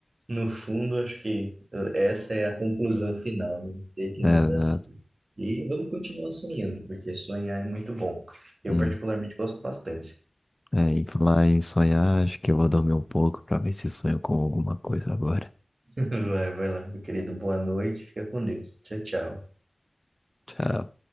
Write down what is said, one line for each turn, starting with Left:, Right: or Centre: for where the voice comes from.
Right: No fundo, acho que essa é a conclusão final, né? Sei que
Left: É,
Right: nada
Left: exato.
Right: sei. E vamos continuar sonhando, porque sonhar é muito bom. Eu
Left: Hum.
Right: particularmente gosto bastante.
Left: É, e falar em sonhar, acho que eu vou dormir um pouco pra ver se sonho com alguma coisa agora.
Right: <laughs> Vai, vai lá, meu querido. Boa noite. Fica com Deus. Tchau, tchau.
Left: Tchau.